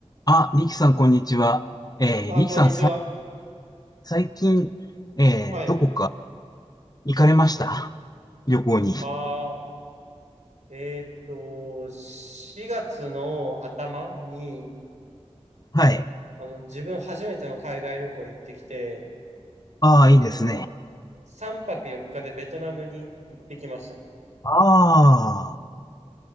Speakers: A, on the left; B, on the right.
A: あ、リキさん、こんにちは。えー、
B: あ、
A: リキさん、
B: こんにちは。
A: さい、最近、えー、
B: はい。
A: どこか行かれました旅行に。
B: ああ、えーっと、4月の頭に、
A: はい。
B: あの、自分初めての海外旅行行ってきて、
A: ああ、
B: あの、
A: いいですね。
B: 3泊4日でベトナムに行ってきましたね。
A: ああ、